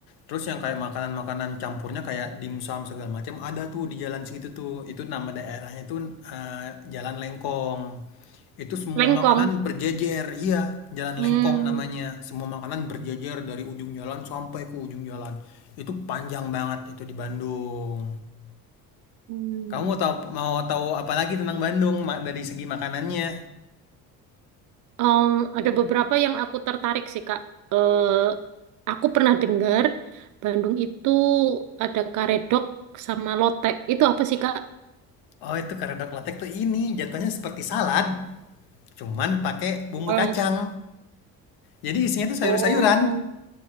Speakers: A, on the left (about 50°); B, on the right (about 40°).
A: Terus yang kayak makanan-makanan campurnya kayak dimsum segala macam ada tuh di jalan segitu tuh, itu nama daerahnya tuh, eee, Jalan Lengkong. Itu semua
B: Lengkong.
A: makanan berjejer, iya, jalan
B: Hmm,
A: lengkong namanya. Semua makanan berjejer dari ujung jalan sampai ke ujung jalan. Itu panjang banget itu di Bandung.
B: hmm.
A: Kamu mau tahu mau tahu apa lagi tentang Bandung Ma- dari segi makanannya?
B: Em, ada beberapa yang aku tertarik sih Kak. Eh, aku pernah dengar Bandung itu ada karedok sama lotek. Itu apa sih Kak?
A: Oh, itu karedok letek tuh ini jatuhnya seperti salad, cuman pakai bumbu
B: Oh,
A: kacang. Jadi isinya tuh sayur-sayuran.
B: oh,